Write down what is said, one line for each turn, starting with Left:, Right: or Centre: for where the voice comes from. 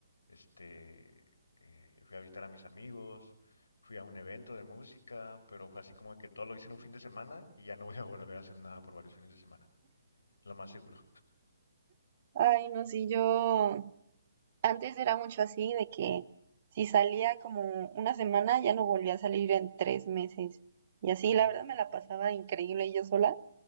Left: este, eh, fui a visitar a mis amigos, fui a un evento de música, pero fue así como que todo lo hice en un fin de semana y ya no voy a volver a hacer nada por varios fines de semana, lo más seguro.
Right: Ay, no, sí, yo antes era mucho así, de que si salía como una semana, ya no volvía a salir en tres meses. Y así,
Left: Ujú.
Right: la verdad, me la pasaba increíble yo sola,